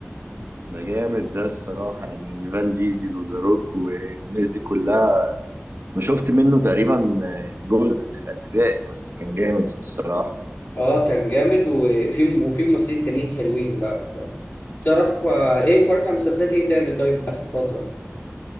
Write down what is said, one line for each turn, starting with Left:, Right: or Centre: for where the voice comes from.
Right: ده جامد ده الصراحه يعني فان ديزل وذا روك والناس دي كلها انا شفت منه تقريبا جزء من الاجزاء بس كان جامد الصراحه
Left: اه كان جامد وفي وفي ممثلين تانيين حلوين بقى فاهم؟ تعرف آه، ايه اتفرجت على مسلسلات ايه تاني طيب اخر فترة